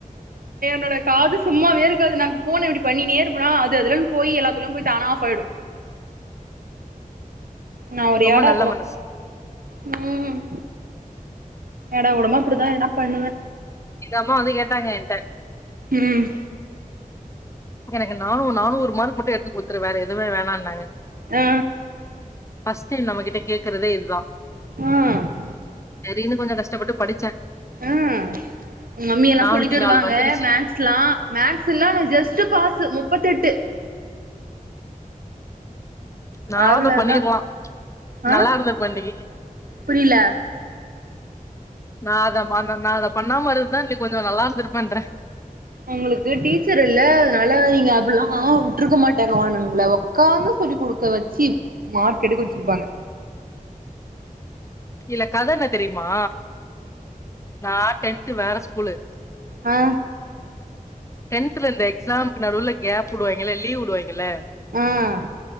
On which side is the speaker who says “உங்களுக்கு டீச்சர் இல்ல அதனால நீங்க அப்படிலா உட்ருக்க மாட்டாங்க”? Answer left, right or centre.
Right